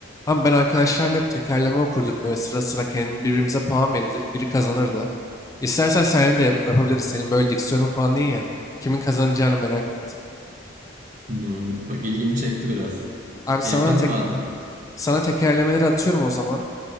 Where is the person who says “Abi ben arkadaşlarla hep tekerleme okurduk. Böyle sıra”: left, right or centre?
Left